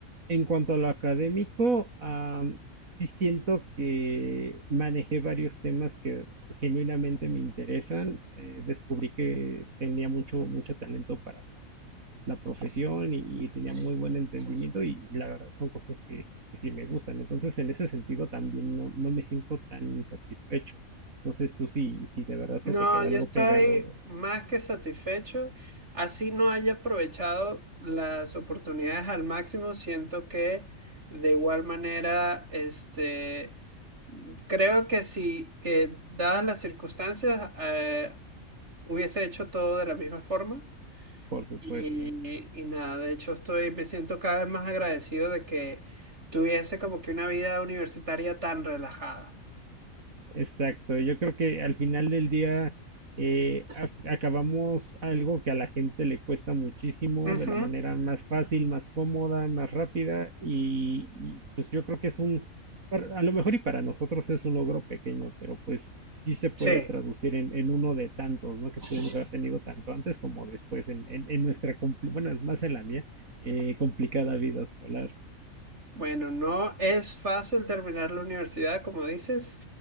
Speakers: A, on the right; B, on the right.
A: En cuanto a lo académico, am, sí siento que manejé varios temas que genuinamente me interesan. Eh, descubrí que tenía mucho, mucho talento para la, la profesión y, y tenía muy buen entendimiento y la verdad son cosas que, que sí me gustan. Entonces, en ese sentido también no, no me siento tan insatisfecho. No sé tú si, si de verdad se
B: No,
A: te queda
B: yo
A: algo
B: estoy
A: pegado, eh,
B: más que satisfecho. Así no haya aprovechado las oportunidades al máximo, siento que de igual manera, este, creo que si, que dadas las circunstancias, eh, hubiese hecho todo de la misma forma.
A: por supuesto.
B: Y, y nada, de hecho estoy, me siento cada vez más agradecido de que tuviese como que una vida universitaria tan relajada.
A: Exacto, yo creo que al final del día eh, a- acabamos algo que a la gente le cuesta muchísimo
B: Ujú,
A: de la manera más fácil, más cómoda, más rápida y, y, pues yo creo que es un, para- a lo mejor y para nosotros es un logro pequeño, pero pues sí se puede
B: Sí.
A: traducir en, en uno de tantos, ¿no? Que pudimos haber tenido tanto antes como después en, en, en nuestra, compli- bueno, es más en la mía, eh, complicada vida escolar.
B: Bueno, no es fácil terminar la universidad, como dices,